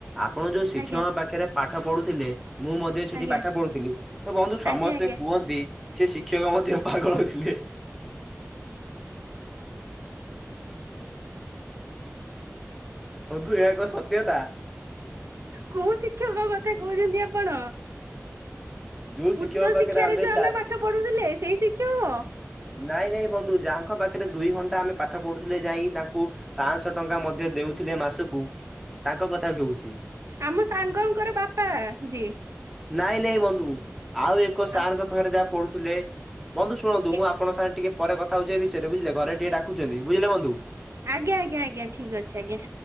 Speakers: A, in the centre; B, on the right.
A: ଆପଣ ଯୋଉ ଶିକ୍ଷକ
B: ଆଜ୍ଞା
A: ପାଖରେ ପାଠ ପଢୁଥିଲେ ମୁଁ ମଧ୍ୟ ସେଠି
B: ଆଜ୍ଞା
A: ପାଠ ପଢୁଥିଲି। ତ ବନ୍ଧୁ ସମସ୍ତେ
B: ଆଜ୍ଞା ଆଜ୍ଞା।
A: କୁହନ୍ତି ସେ ଶିକ୍ଷକ ମଧ୍ୟ ପାଗଳ ଥିଲେ। ବନ୍ଧୁ ଏହା ଏକ ସତ୍ୟତା।
B: କୋଉ ଶିକ୍ଷକ କଥା କହୁଛନ୍ତି ଆପଣ?
A: ଯୋଉ ଶିକ୍ଷକଙ୍କ
B: ଉଚ୍ଚ
A: ପାଖରେ
B: ଶିକ୍ଷାରେ ଯୋଉ
A: ଚା
B: ଆମେ ପାଠ ପଢୁଥିଲେ ସେଇ ଶିକ୍ଷକ।
A: ନାଇଁ ନାଇଁ ବନ୍ଧୁ ଯାହାଙ୍କ ପାଖରେ ଦୁଇ ଘଣ୍ଟା ଆମେ ପାଠ ପଢୁଥିଲେ ଯାଇ ତାଙ୍କୁ ପାଞ୍ଚଶହ ଟଙ୍କା ମଧ୍ୟ ଦେଉଥିଲେ ମାସକୁ ତାଙ୍କ କଥା କହୁଛି।
B: ଆମ ସାଙ୍ଗଙ୍କର ବାପା ଯିଏ।
A: ନାଇଁ ନାଇଁ ବନ୍ଧୁ ଆଉ ଏକ ସାରଙ୍କ
B: ଆ
A: ପାଖରେ ଯାହା ପଢୁଥିଲେ। ବନ୍ଧୁ ଶୁଣନ୍ତୁ
B: ଏ
A: ମୁଁ ଆପଙ୍କ ସାଙ୍ଗ ଟିକେ ପରେ କଥା ହଉଛି ଏ ବିଷୟରେ ବୁଝିଲେ ଘରେ ଟିକେ ଡାକୁଛନ୍ତି ବୁଝିଲେ ବନ୍ଧୁ।
B: ଆଜ୍ଞ ଆଜ୍ଞ ଆଜ୍ଞା ଠିକ ଅଛି ଆଜ୍ଞା।